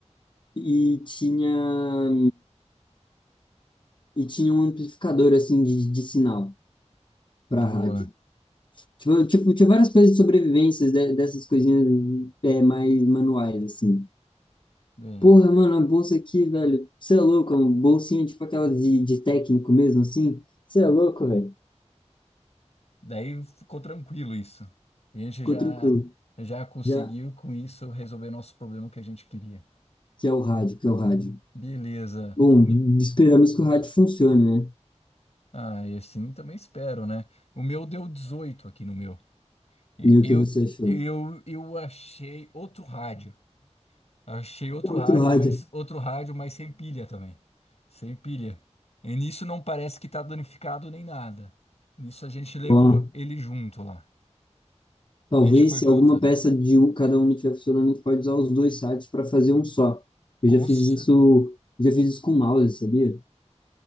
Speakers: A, on the left; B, on the left.
A: e tinha, e tinha um amplificador, assim, de, de sinal para
B: Boa.
A: rádio. Tipo, tipo, tinha várias coisas de sobrevivência, de- dessas coisinhas é, mais manuais, assim.
B: Bem.
A: Porra, mano, a bolsa aqui, velho, você é louco, é uma bolsinha tipo aquela de, de técnico mesmo, assim. Você é louco, velho.
B: Daí ficou tranquilo isso. A gente
A: Ficou
B: já
A: tranquilo.
B: já conseguiu
A: Já,
B: com isso resolver nosso problema que a gente queria.
A: já é o rádio, que é o rádio.
B: Beleza.
A: Bom,
B: Ni-
A: esperamos que o rádio funcione, né?
B: Ah, e assim também espero, né? O meu deu 18 aqui no meu. E-
A: E o
B: Eu
A: que você achou?
B: eu eu achei outro rádio. Achei outro
A: Outro
B: rádio,
A: rádio.
B: mas outro rádio, mas sem pilha também. Sem pilha. E nisso não parece que tá danificado nem nada. Nisso a gente levou
A: Bom,
B: ele junto lá.
A: talvez
B: A gente foi voltando.
A: se alguma peça de um, cada um não estiver funcionando, a gente pode usar os dois sites para fazer um só. Eu
B: Com
A: já fiz
B: certeza.
A: isso, já fiz isso com mouse, sabia?